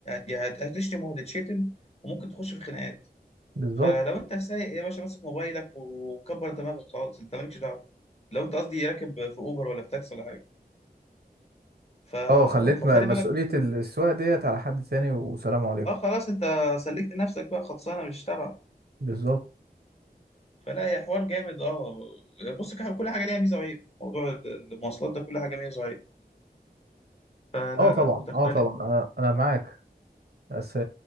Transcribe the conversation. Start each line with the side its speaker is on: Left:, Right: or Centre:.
Left: يا هت- هتشتم وهتتشتم وممكن تخش في خناقات
Right: بالظبط
Left: فلو انت سايق يا باشا ماسك موبايلك وكبر دماغك خالص انت مالكش دعوه لو انت قصدي راكب في اوبر ولا في تاكسي ولا حاجه ف...
Right: اه خليت
Left: فخلي
Right: م- مسؤولية
Left: بالك
Right: السواقة ديت على حد تاني والسلام عليكم
Left: اه خلاص انت سلكت نفسك بقى خلصانه مش تبعك
Right: بالظبط
Left: فلا هي حوار جامد اه بص كح- كل حاجه ليها ميزه وعيب موضوع ال- المواصلات ده كل حاجه ميزه وعيب فلا
Right: اه طبعا
Left: لا بتختلف
Right: اه طبعا انا انا معاك بس